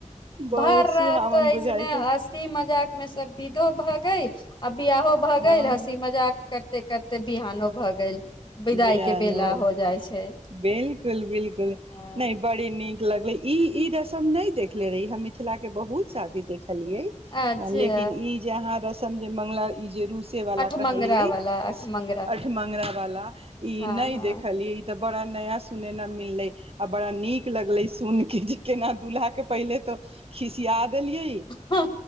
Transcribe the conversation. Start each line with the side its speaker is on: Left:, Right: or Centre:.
Right: बहुत
Left: भर रात
Right: सुहावन
Left: तऽ
Right: बुझाइत
Left: ऐसने हँसी मजाक मे सब विधो भग- -गैल अब बिआहो भऽ
Right: हँ
Left: गेल हँसी मजाक करते करत बिहानो भऽ गेल विदाई
Right: बिहान
Left: के बेला
Right: हो गेल
Left: जाइ छै
Right: बिल्कुल बिल्कुल
Left: हँ
Right: नहि बड़ी नीक नीक लगलै ई ई रस्म नहि देखले रहीं मिथिला के हम बहुत शादी देख केखलियै
Left: अच्छा
Right: लेकिन ई जे अहाँ रस्म समझे मंगला ई जे रूसे वला
Left: अठमंगरा
Right: कहलियै
Left: वाला अठमंगरा
Right: आठ मंगरा वला ई
Left: हँ
Right: नहि देखलियै ई तऽ बड़ा नया सुनेना मिलले आ बड़ा नीक लगलै सुन के जे केना दुल्हा के पहिले तो खिसिया देलियै
Left: हँ